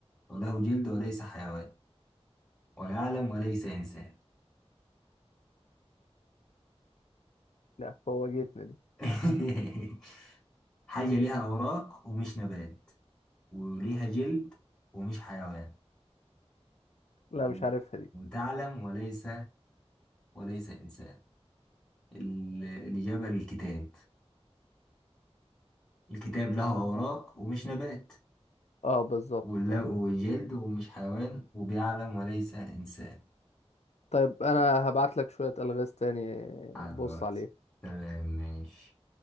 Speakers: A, on the left; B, on the left.
A: وله جلد وليس حيوان ويعلم وليس إنسان
B: لا فوجئتني دي
A: <laughs> حاجة ليها أوراق ومش نبات وليها جلد ومش حيوان
B: لا مش
A: و-
B: عارفها دي
A: وتعلم وليس وليس إنسان ال- الإجابة للكتاب الكتاب له أوراق ومش نبات
B: اه بالظبط
A: وله
B: فعلا
A: جلد ومش حيوان وبيعلم وليس إنسان
B: طيب انا هبعت لك شوية الغاز تاني
A: على
B: بص
A: الواتس
B: عليهم
A: تمام ماشي